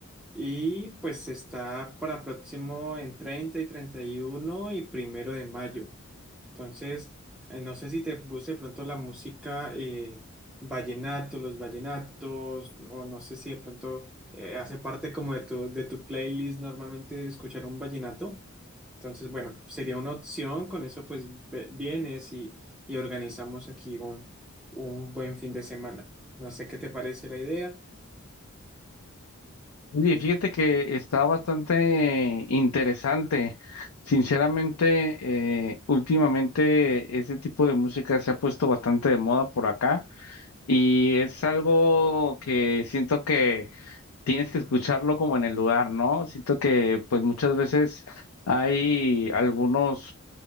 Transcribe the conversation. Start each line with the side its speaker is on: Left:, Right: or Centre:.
Centre: Y pues está para próximo en 30 y 31 y primero de mayo. Entonces, eh, no sé si te puse de pronto la música eh, vallenato, los vallenatos, o no sé si de pronto eh, hace parte como de tu, de tu playlist normalmente escuchar un vallenato. Entonces, bueno, sería una opción, con eso pues ve- vienes y, y organizamos aquí un, un buen fin de semana. No sé qué te parece la idea.
Left: Oye, fíjate que está bastante interesante. Sinceramente, eh, últimamente ese tipo de música se ha puesto bastante de moda por acá y es algo que siento que tienes que escucharlo como en el lugar, ¿no? Siento que pues muchas veces hay algunos